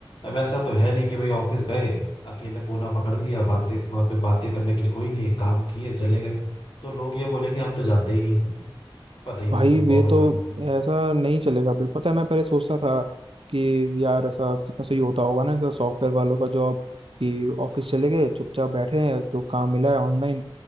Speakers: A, on the left; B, on the right.
A: अब ऐसा तो है नहीं कि भाई ऑफिस गए अकेला कोना पकड़ लिया बातें वहां पे बातें करने के लिए कोई नहीं काम किए चले गए तो लोग ये बोलेंगे हम तो जानते ही नहीं से पता ही नहीं
B: भाई
A: है तुम कौन
B: ये
A: हो
B: तो
A: भाई
B: ऐसा नहीं चलेगा बिल पता है मैं पहले सोचता था कि यार ऐसा कितना सही होता होगा ना ऐसा सॉफ्टवेयर वालों का जॉब कि ऑफिस चले गए चुपचाप बैठे हैं जो काम मिला है ऑनलाइन